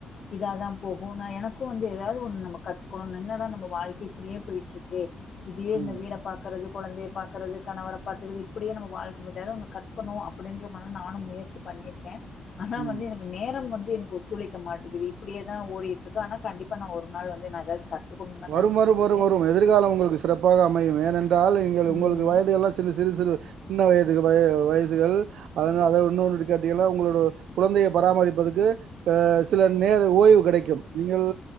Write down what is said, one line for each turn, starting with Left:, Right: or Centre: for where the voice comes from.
Left: இதாதா போகு நா எனக்கு வந்து ஏதாவ்து ஒன்னு நம்ம கத்துக்கணு என்னடா நம்ம வாழ்க்கை இப்டியே பொய்ட்ருக்கே இதுவே
Right: ம்
Left: இந்த வீட பாக்றது கொழந்தைய பாக்றது கணவர பாத்துக்றது இப்டியே நம்ம வாழ்க போது ஏதாவ்து ஒன்னு கத்துக்கணு அப்டின்ற மாரி நானு முயற்சிக் பண்ணியிருக்கே ஆனா
Right: ம்
Left: வந்து எனக்கு நேரம் வந்து எனக்கு ஒத்துழைக்க மாட்டேங்குது இப்படியேதா ஓடிட்ருக்கு ஆனா கண்டிப்பா நா ஒரு நாள் வந்து ஏதாவ்து கத்துக்குணுதா
Right: வரும்
Left: நெனைச்சிட்ருக்க
Right: வரும் வரும் எதிர்காலம் உங்களுக்கு சிறப்பாக அமையும் ஏனென்றால்
Left: ம்
Right: உங்களுக்கு வயதெல்லாம் சிறு சிறு சிறு சின்ன வயது வய வயசுகள் அதனால்தான் இன்னொன்னு கேட்டிகன உங்களோட கொழந்தைய பராமரிப்பதற்க்கு ஆ சில நேர ஓய்வு கெடைக்கும் நீங்கள்